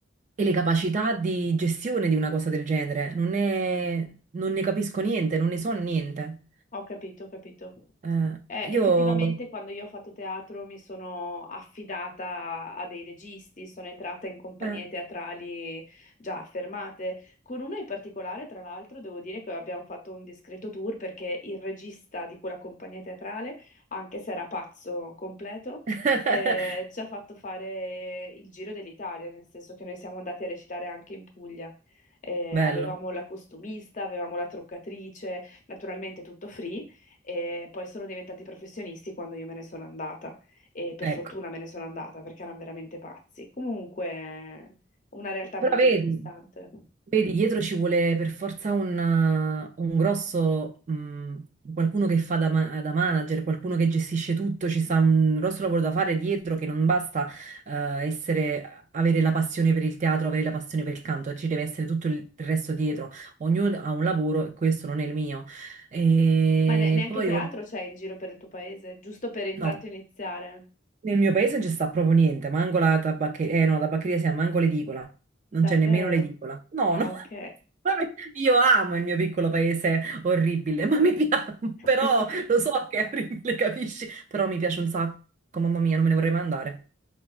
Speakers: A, on the right; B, on the left.
A: e le capacità di gestione di una cosa del genere. Non ne, non ne capisco niente, non ne so niente.
B: Ho capito, ho capito.
A: Eh,
B: Eh,
A: io...
B: effettivamente quando io ho fatto teatro mi sono affidata a dei registi, sono entrata in compagnie
A: eh,
B: teatrali già affermate. Con una in particolare, tra l'altro, devo dire che abbiamo fatto un discreto tour perché il regista di quella compagnia teatrale, anche se era pazzo completo,
A: <laughs>
B: eh, ci ha fatto fare il giro dell'Italia, nel senso che noi siamo andati a recitare anche in Puglia. Eh,
A: Bello,
B: avevamo la costumista, avevamo la truccatrice, naturalmente tutto free e poi sono diventati professionisti quando io me ne sono andata e per
A: ecco.
B: fortuna me ne sono andata perché erano veramente pazzi. Comunque, una realtà
A: Però
B: molto
A: vedi,
B: interessante.
A: Vedi, dietro ci vuole per forza un, eh, un grosso, mh, qualcuno che fa da, ma- da manager, qualcuno che gestisce tutto, ci sta un grosso lavoro da fare dietro che non basta, eh, essere, avere la passione per il teatro, avere la passione per il canto, ci deve essere tutto il il resto dietro. Ognuno ha un lavoro e questo non è il mio. E
B: Ma ne- neanche
A: poi,
B: teatro
A: ol-
B: c'è in giro per il tuo paese, giusto per intanto
A: no,
B: iniziare?
A: nel mio paese non ci sta proprio niente, manco la tabaccheria, eh no, la tabaccheria sì, manco l'edicola, non
B: Davvero?
A: c'è nemmeno l'edicola. No,
B: Ah,
A: no, <laughs>
B: ok.
A: Vabbè, io amo il mio piccolo paese orribile, ma mi piace, <laughs>
B: <laughs>
A: però lo so che è orribile, capisci? Però mi piace un sacco, mamma mia, non me ne vorrei mai andare.